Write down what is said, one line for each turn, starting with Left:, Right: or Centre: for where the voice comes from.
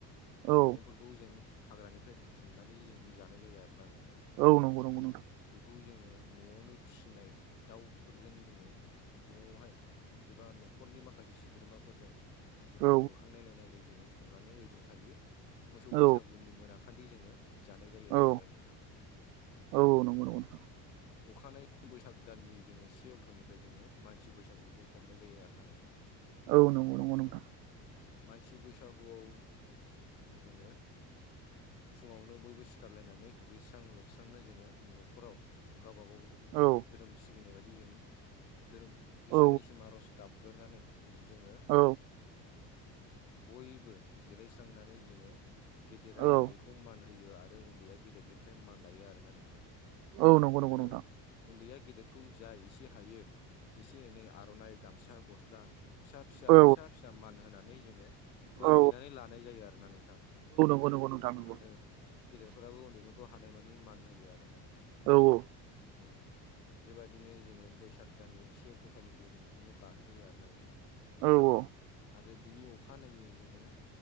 Right: औ
Left: मैगंफोरखौ बेखौ जों हाग्रानिफ्राय बुथुमनानै जों जानाय जायो आरोोना नोंथां
Right: औ नंगौ
Left: बेखौ
Right: नंगौ नोंथां
Left: बेखौ जोङो न'आवनो फिसिनाय दाउफोरजों जोङो न'आवहाय एबा न'खरनि माखासे सोद्रोमाफोरजों जोङो
Right: औ
Left: मोखां नायलाय नायलाय जोङो संनानै ओइदिनखालि मोसौ
Right: औ
Left: बैसागुनि मोनाखालि जोङो जानाय जायो
Right: औ
Left: आरो नोंथां
Right: औ नंगौ <inaudible>
Left: अखानाय बैसाग दाननि जोङो से अक्ट'निफ्राय जोङो मानसि बैसागुखौ हमनाय जायो आरो ना नोंथां
Right: औ नंगौ नंगौ नोंथां
Left: औ मानसि बैसागुआव जोङो फुङावनो बयबो सिखारलायनानै दुगैस्रां लोबस्रांनो जोङो न'खराव गावबाागाव
Right: औ
Left: धोरोम सिबिनाय बायदि जों धोरोम इसोरनिसिम
Right: औ
Left: आर'ज गाबगोरानै जोङो
Right: औ
Left: बयबो जिरायस्रांनानै जोङो गेदेरा
Right: औ
Left: उन्दै खौ मान होयो आरो उन्दैया गेदेरनिफ्राय मान लायो आरोोना नोंथां
Right: औ नंगौ नंगौ
Left: आरो
Right: नोंथां
Left: उन्दैया गेदेरखौ जा एसे हायो एसे एनै आर'नाइ गामसा गस्ला फिसा फिसा
Right: औ
Left: फिसा फिसा मान होनानै जोङो बोर
Right: औ
Left: बिनानै लानाय जायो आरो ना नोंथां
Right: नब नथां
Left: आरो गेदेरफोराबो उन्दैफोरखौ हानाय मानि मान होयो आरोना नोंथां
Right: औ औ
Left: अ बेबायाददिनो जोङो ब बैसाग दाननि से अक्ट'खालिखौ जों बिदिनो बारहोयो आरो ना नोंथां।
Right: औ औ
Left: आरो बिनि अखानायनायै जोङो